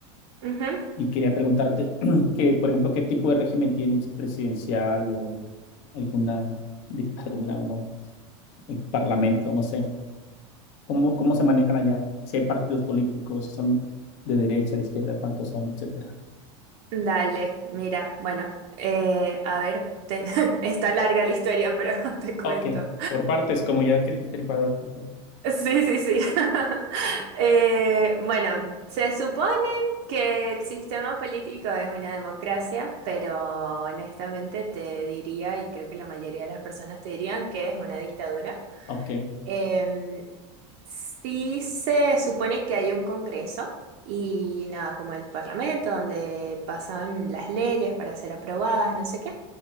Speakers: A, on the right; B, on the left.
A: Ujú.
B: y quería preguntarte <clears throat> que, por ejemplo, qué tipo de régimen tienen, si presidencial o alguna dictadura o no, el parlamento, no sé. ¿Cómo, cómo se manejan allá? Si hay partidos políticos, si son de derecha, de izquierda, cuántos son, etcétera.
A: Dale, mira, bueno, eh, a ver, te- <laughs> está larga la historia, pero <laughs> te cuento.
B: Ok, por partes, como ya que el destripador. por favor.
A: Sí, sí, sí. <laughs> Eh, bueno, se supone que el sistema político es una democracia, pero honestamente te diría, y creo que la mayoría de las personas te dirían que es una dictadura.
B: Ok,
A: Em, Sí se supone que hay un congreso y nada, como el parlamento, donde pasan las leyes para ser aprobadas, no sé qué.